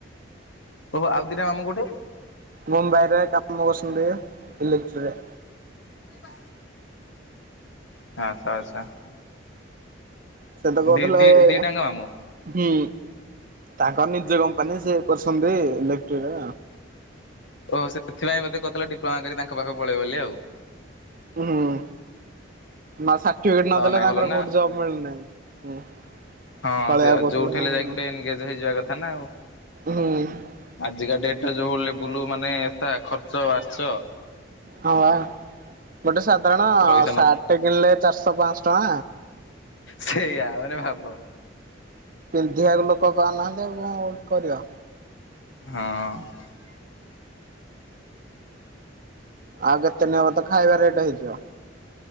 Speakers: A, on the left; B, on the right.
A: ଓହୋ ଆଉ ଦିଟା ମାମୁଁ କୋଉଠି?
B: ମୁମ୍ବାଇରେ କାମ କରୁଛନ୍ତି ଇଲେକ୍ଟ୍ରିକ ରେ।
A: ଆ ଆଚ୍ଛା, ଆଚ୍ଛା।
B: ସେତ କହୁଥିଲା
A: ଦି ଦି
B: ଏ,
A: ଦିଟାଙ୍କ ମାମୁଁ।
B: ହୁଁ ତାଙ୍କ ନିଜ କମ୍ପାନୀ ସେ କରଛନ୍ତି ଇଲେକ୍ଟ୍ରି ରେ।
A: ଓହୋ ସେଥିପାଇଁ ବୋଧେ କହୁଥିଲ ଡିପ୍ଲୋମା କରି ତାଙ୍କ ପାଖକୁ ପଳେଇ ବୋଲି ଆଉ।
B: ଉଁ, ହୁଁ ହୁଁ, ମା ସା ଫିଟ ନଦେଲେ
A: ହଁ ନାଇଁ
B: ପାଖର
A: ଭଲ ନା
B: କୋଉଠି ଜବ୍ ମିଳୁନାଇଁ। ହୁଁ।
A: ହଁ
B: ପଳେଇବାକୁ
A: ସେୟା
B: କହୁଥିଲା
A: ଯୋଉଠି ହେଲେ
B: ହୁଁ
A: ଯାଇକି ଗୋଟ ଏନଗେଜ୍ ହେଇଯିବା କଥା ନା ଆଉ,
B: ହଁ
A: ଆଜିକା ଡେଟ୍ ଯୋଉ ଲେବୁଲୁ ମାନେ ଏଟା ଖର୍ଚ୍ଚ ବାର୍ଚ
B: ହଁ ବା ଗୋଟେ ସାଧାରଣ
A: ପଇସା
B: ସାର୍ଟ
A: ନ
B: ଟେ କିଣିଲେ ଚାରିଶହ ପାଁଶହ ଟଙ୍କା।
A: ସେଇୟା ଆଉ ମାନେ ଭାବ
B: ପିନ୍ଧିବାକୁ ଲୋକ ପାଉନାହାନ୍ତି ଆଉ କଣ କରିବ।
A: ହଁ।
B: ଆଉ କେତେ ଦିନ ହବ ତ ଖାଇବା ରେଟ୍ ହେଇଯିବ।